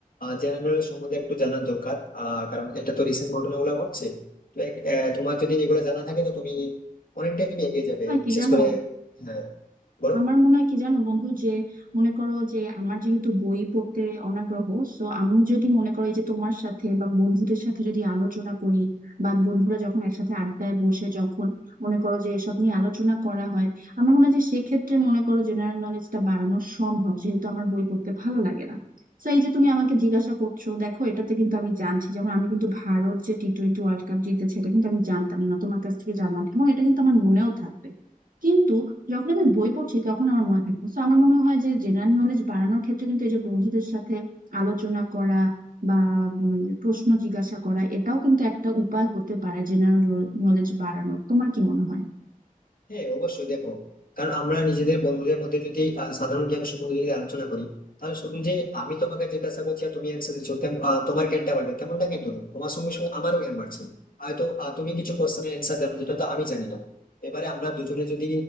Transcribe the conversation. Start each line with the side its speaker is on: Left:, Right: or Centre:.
Left: জেনারেল সম্বন্ধে একটু জানার দরকার আহ, কারণ এটা তো রিসেন্ট ঘটনাগুলো ঘটছে তো এক- আহ, তোমার যদি এগুলো জানা থাকে তো তুমি অনেকটাই তুমি এগিয়ে যাবে
Right: হয় কি
Left: বিশেষ
Right: জানো
Left: করে হ্যাঁ বলো
Right: আমার মনে হয় কি জানো বন্ধু যে মনে করো যে আমার যেহেতু বই পড়তে অনাগ্রহ সো আমি যদি মনে করো এই যে তোমার সাথে বা বন্ধুদের সাথে যদি আলোচনা করি বা বন্ধুরা যখন একসাথে আড্ডায় বসে যখন মনে করো যে এসব নিয়ে আলোচনা করা হয় আমার মনে হয় যে সেক্ষেত্রে মনে করো জেনারেল নলেজটা বাড়ানো সম্ভব যেহেতু আমার বই পড়তে ভালো লাগে না তো এই যে তুমি আমাকে জিজ্ঞাসা করছো দেখো এটাতে কিন্তু আমি জানছি যেমন আমি কিন্তু ভারত যে টি টোয়েন্টি ওয়ার্ল্ড কাপ জিতেছে এটা কিন্তু আমি জানতাম না তোমার কাছ থেকে জানলাম এবং এটা কিন্তু আমার মনেও থাকবে কিন্তু যখন আমি বই পড়ছি তখন আমার মনে থাকে না। তো আমার মনে হয় যে জেনারেল নলেজ বাড়ানোর ক্ষেত্রে কিন্তু এই যে বন্ধুদের সাথে আলোচনা করা বা উম যে প্রশ্ন জিজ্ঞাসা করা এটাও কিন্তু একটা উপায় হতে পারে জেনারেল নলেজ বাড়ানোর তোমার কি মনে হয়
Left: হ্যাঁ অবশ্যই দেখো কারণ আমরা নিজেদের বন্ধুদের মধ্যে যদি আহ, সাধারণ জ্ঞান সম্বন্ধে যদি আলোচনা করি তাহলে শুধু যে আমি তোমাকে জিজ্ঞাসা করছি আর তুমি অ্যান্সার দিচ্ছ তেম- আহ, তোমার জ্ঞানটা বাড়বে তেমনটা কিন্তু নয় তোমার সঙ্গে সঙ্গে আমারও জ্ঞান বাড়ছে হয়তো আহ, তুমি কিছু কোশ্চেনের অ্যান্সার জানো যেটা তো আমি জানি না এবারে আমরা দুজনে যদি